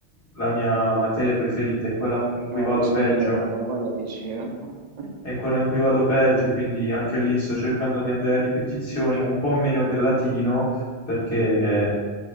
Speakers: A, on the left; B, on the right.
A: la mia materia preferita, è quella in cui
B: Eh,
A: vado
B: lo so
A: peggio.
B: bene, per quello dicevo. <laughs>
A: è quella in cui vado peggio, quindi anche lì sto cercando di andare a ripetizioni, un po' meno del latino, perché